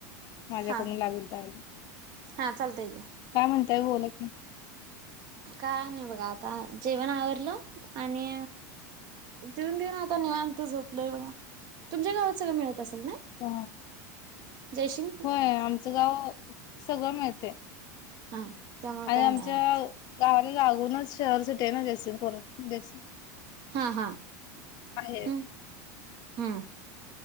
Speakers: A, on the left (about 45°); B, on the right (about 45°).
A: मजा
B: हा
A: करून लागेल तर
B: हा चालत आहे क
A: काय म्हणताय बोलत नाही
B: काय नाही बघा आता जेवण आवरलं आणि जेऊन घेऊन आता निवांत झोपलय बघा तुमच्या गावात सगळं मिळत असेल ना
A: ह
B: जयसिंग
A: होय आमचं गाव सगळं मिळतेय
B: हा त्यामुळे
A: आणि
B: काय
A: आमच्या
B: नाही
A: गावाला लागूनच शहरसाठीट आहे ना जसीन बस
B: हा हा
A: आहे
B: हम् हम्म